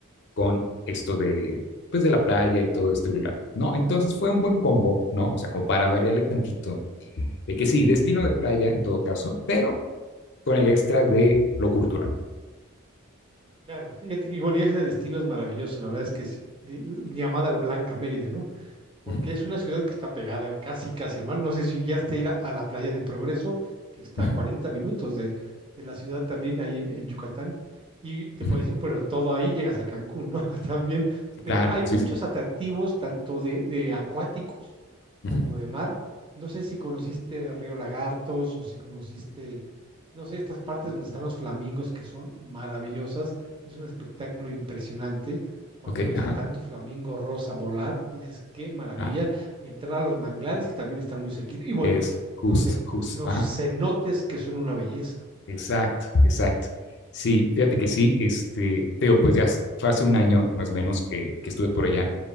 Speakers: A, on the left (about 55°); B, on the right (about 25°).
A: con esto de, pues de la playa y todo esto, y bla, ¿no? Entonces fue un buen combo, ¿no? O sea, como para variarle tantito, de que sí, destino de playa en todo caso, pero con el extra de lo cultural.
B: Claro, fíjate que, bueno, y ese destino es maravilloso, la verdad es que sí, li- li- llamada la Blanca Mérida, ¿no? porque
A: Uh -huh,
B: es una ciudad que está pegada casi, casi al mar. No sé si ya está ir a, a la playa de Progreso, que está
A: uh
B: a
A: -huh,
B: 40 minutos de, de la ciudad también, ahí en, en Yucatán. Y te
A: uh
B: puedes
A: -huh.
B: decir, pero todo ahí llegas a Cancún, ¿no? <laughs> También. Pero
A: Claro,
B: hay muchos
A: sí, sí.
B: atractivos, tanto de, de acuáticos
A: Uh-huh.
B: como de mar. No sé si conociste Río Lagartos o si conociste, no sé, estas partes donde están los flamingos que son maravillosas. Es un espectáculo impresionante cuando
A: Ok,
B: ves
A: ajá,
B: a tanto flamingo rosa volar, dices, qué maravilla,
A: claro.
B: entrar a los manglares que también están muy cerquita, y bueno,
A: Es just,
B: los,
A: just.
B: los
A: Ajá.
B: cenotes que son una belleza.
A: Exacto, exacto. Sí, fíjate que sí, este, te digo, pues ya fue hace un año más o menos que, que estuve por allá,